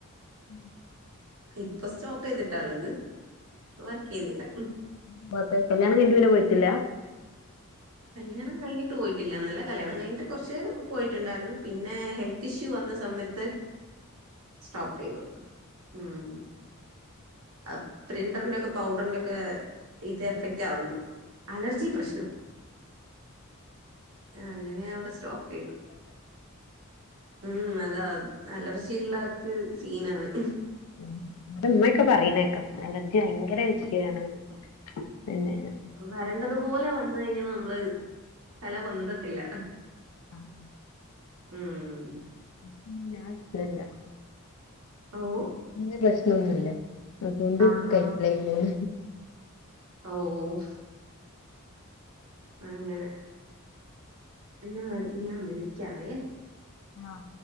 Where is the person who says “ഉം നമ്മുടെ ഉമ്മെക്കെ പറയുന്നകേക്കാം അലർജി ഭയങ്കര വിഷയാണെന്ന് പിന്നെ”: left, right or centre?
Left